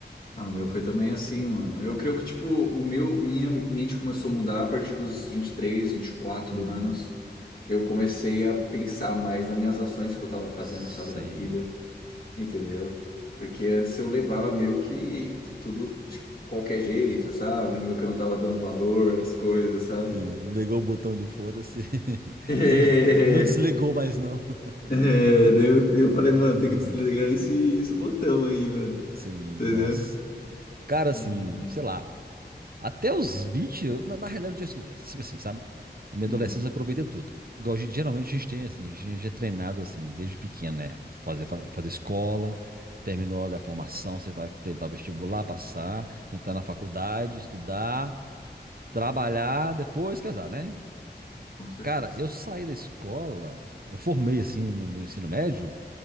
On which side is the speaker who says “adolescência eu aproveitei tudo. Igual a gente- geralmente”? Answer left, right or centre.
Right